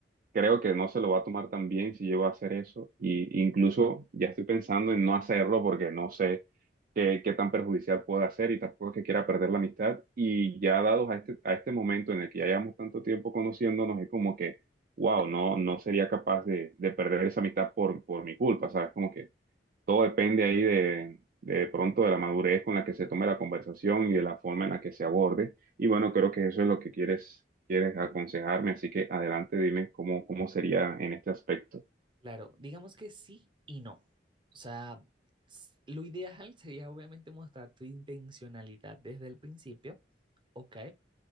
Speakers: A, on the right (about 50°); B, on the right (about 30°).
A: creo que no se lo va a tomar tan bien si llego a hacer eso. Y incluso ya estoy pensando en no hacerlo porque no sé qué, qué tan perjudicial puede ser y tampoco es que quiera perder la amistad. Y ya dados a este, a este momento en el que ya llevamos tanto tiempo conociéndonos, es como que, wow, no, no sería capaz de, de perder esa amistad por, por mi culpa, ¿sabes? Como que todo depende ahí de, de, pronto de la madurez con la que se tome la conversación y de la forma en la que se aborde. Y bueno, creo que eso es lo que quieres, quieres aconsejarme, así que adelante dime cómo, cómo sería en este aspecto.
B: Claro, digamos que sí y no. O sea, s- lo ideal sería obviamente mostrar tu intencionalidad desde el principio, ¿ok?